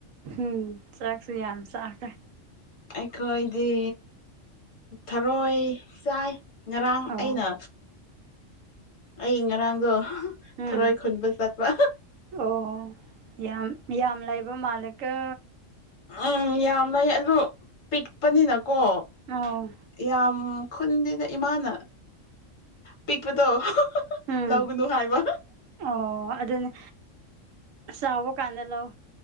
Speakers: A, on the right (about 80°); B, on the left (about 75°).
A: ꯎꯝ ꯆꯥꯛꯁꯨ ꯌꯥꯝ ꯆꯥꯈꯔꯦ
B: ꯑꯩꯈꯣꯏꯗꯤ ꯊꯔꯣꯏ ꯆꯥꯏ ꯉꯔꯥꯡ
A: ꯑꯣ
B: ꯑꯩꯅ ꯑꯩ ꯉꯔꯥꯡꯗꯣ
A: ꯎꯝ
B: ꯊꯔꯣꯏ ꯈꯨꯟꯕ ꯆꯠꯄ
A: ꯑꯣ ꯌꯥꯝ ꯌꯥꯝ ꯂꯩꯕ ꯃꯥꯜꯂꯤꯀꯣ
B: ꯎꯝ ꯌꯥꯝ ꯂꯩ ꯑꯗꯨ ꯄꯤꯛꯄꯅꯤꯅꯀꯣ
A: ꯑꯣ
B: ꯌꯥꯝ ꯈꯨꯟꯗꯦꯗ ꯏꯃꯥꯅ ꯄꯤꯛꯄꯗꯣ
A: ꯎꯝ
B: ꯂꯧꯒꯅꯨ ꯍꯥꯏꯕ
A: ꯑꯣ ꯑꯗꯨꯅ ꯆꯥꯎꯕ ꯀꯥꯟꯗ ꯂꯧ